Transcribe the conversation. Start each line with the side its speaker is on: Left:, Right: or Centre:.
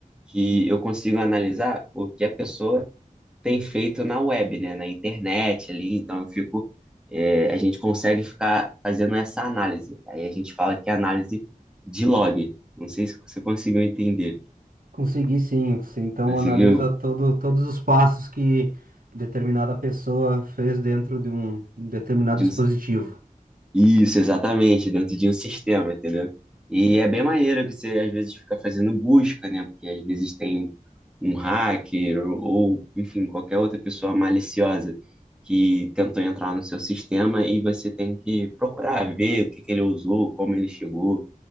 Centre: que eu consigo analisar o que a pessoa tem feito na web, né, na internet ali, então eu fico, é, a gente consegue ficar fazendo essa análise. Aí a gente fala que é análise de log. Não sei se você conseguiu entender.
Right: Consegui sim. Você então
Centre: Conseguiu?
Right: analisa todo, todos os passos que determinada pessoa fez dentro de um determinado
Centre: De
Right: dispositivo.
Centre: um- Isso, exatamente, dentro de um sistema, entendeu? E é bem maneiro que você às vezes fica fazendo busca, né? Porque às vezes tem um hacker ou, enfim, qualquer outra pessoa maliciosa que tentou entrar no seu sistema e você tem que procurar ver o que que ele usou, como ele chegou, o